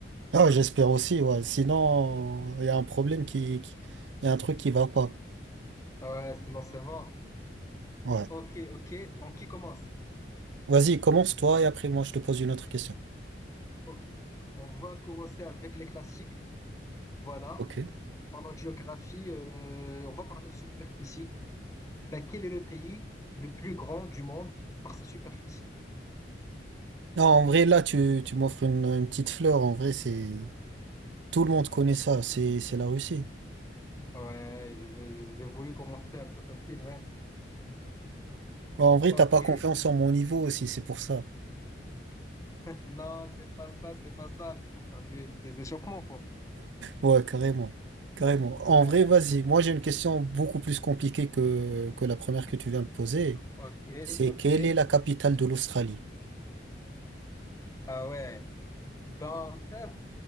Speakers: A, on the right; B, on the left.
A: Ah, ouais, j'espère aussi, ouais. Sinon, il y a un problème qui, qui- il y a un truc qui va pas.
B: Ah Ouais, sinon c'est mort.
A: Ouais.
B: Ok, ok, donc qui commence?
A: Vas-y, commence toi, et après, moi, je te pose une autre question.
B: Ok, on va commencer avec les classiques. Voilà,
A: Ok.
B: en parlant de géographie, euh, on va parler de superficie. Bah, quel est le pays le plus grand du monde par sa superficie?
A: Non, en vrai, là, tu, tu m'offres une, une petite fleur. En vrai, c'est... Tout le monde connaît ça. C'est, c'est la Russie.
B: Ouais, je- j'ai voulu commencer un peu facile, ouais.
A: Bon, En vrai,
B: Ok,
A: t'as pas confiance en mon niveau aussi, c'est pour ça.
B: Non, c'est pas ça, c'est pas ça, mais il faut faire du, des échauffements, quoi.
A: Ouais, carrément. Carrément.
B: Ouais,
A: En vrai, vas-y. Moi, j'ai une question beaucoup plus compliquée que, que la première que tu viens de poser.
B: ok,
A: C'est
B: ok.
A: quelle est la capitale de l'Australie?
B: Ah ouais. Ben, en fait,